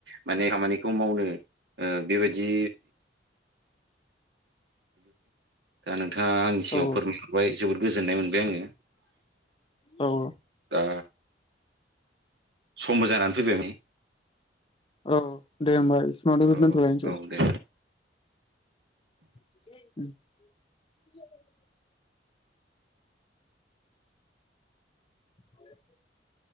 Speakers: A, on the right; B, on the left.
A: माने खामानिखौ मावनो बेबायदि दा नोंथाङा आंनि सिगाङाव
B: औ
A: फोरमायहरबाय जोबोद गोजोननाय मोनबाय आंङो
B: औ
A: दा समबो जानानै फैबाय
B: औ दे होमबा सावनो
A: औ
B: दोन्थलायनोसै
A: औ दे
B: <unintelligible> औ